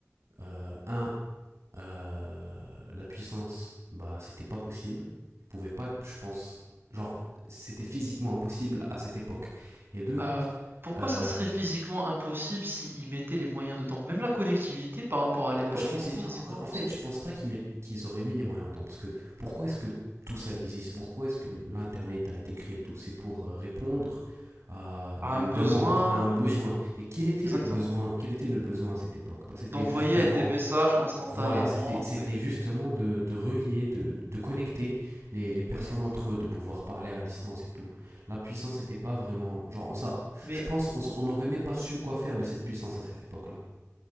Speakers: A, on the right; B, on the right.
A: euh, un, euh, la puissance, bah, c'était pas possible. Ils pouvaient pas, je pense, genre c'était physiquement impossible à cette époque. Et deux,
B: Euh, pourquoi
A: euh,
B: ça serait physiquement impossible s'ils mettaient les moyens dedans? Même la connectivité par rapport à l'époque
A: Moi, je pense
B: était
A: pas.
B: physiquement impossible.
A: En fait, je pense pas qu'ils mettent- qu'ils auraient mis les moyens dedans. Parce que pourquoi est-ce que tout ça existe Pourquoi est-ce que l'Internet a été créé et tout C'est pour euh, répondre à,
B: un
A: à une
B: besoin,
A: demande, à un besoin.
B: oui,
A: Et quel était
B: exactement.
A: le besoin Quel était le besoin à cette époque Bah, C'était
B: D'envoyer
A: justement,
B: des messages instantanément,
A: voilà, c'était c'était
B: oui.
A: justement de, de relier, de, de connecter les, les personnes
B: oui.
A: entre eux, de pouvoir parler à distance et tout. La puissance n'était pas vraiment. Genre, on, ça,
B: Mais
A: je pense on, s- on n'aurait même pas su quoi faire de cette puissance à cette époque-là.